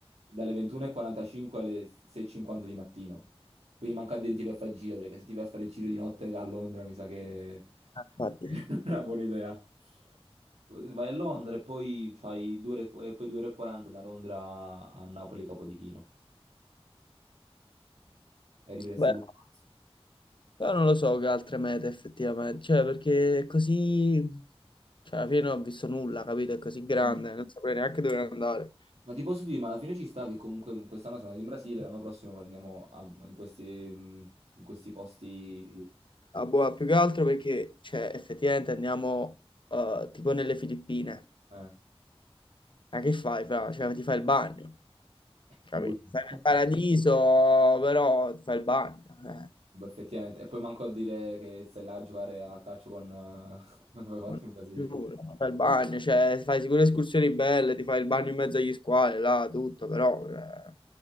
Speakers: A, on the right; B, on the left.
A: dalle 21.45 alle 6.50 di mattino. Quindi manca a dire ti vai a fare il giro, perché se ti vai a fare il giro di notte a Londra mi sa che
B: Ah, Infatti.
A: <laughs> non è una buona idea. Vai a Londra e poi fai 2 ore, e e poi 2 ore e 40 da Londra a Napoli Capodichino e arriveresti
B: Beh,
A: l'uno marzo.
B: però non lo so che altre mete effettivamente. Cioè, perché è così... Cioè, alla fine non ho visto nulla, capito? È così grande,
A: Mm.
B: non saprei neanche dove andare.
A: Ma ti posso dire, ma alla fine ci sta che comunque quest'anno siamo andati in Brasile, l'anno prossimo andiamo a- in questi, mm, in questi posti...
B: A Boa più che altro perché, cioè, effettivamente andiamo eh, tipo nelle Filippine.
A: Eh.
B: Ma che fai, fra? Cioè, ti fai il bagno, capito?
A: brutti.
B: Stai nel paradiso, però ti fai il bagno, eh.
A: Boh, effettivamente. E poi manco a dire che sei là a giocare a calcio con... eh, <laughs> come hai fatto
B: Non-
A: in Brasile.
B: giuro, ti fai il bagno, cioè, fai sicure escursioni belle, ti fai il bagno in mezzo agli squali, là, tutto, però... eh,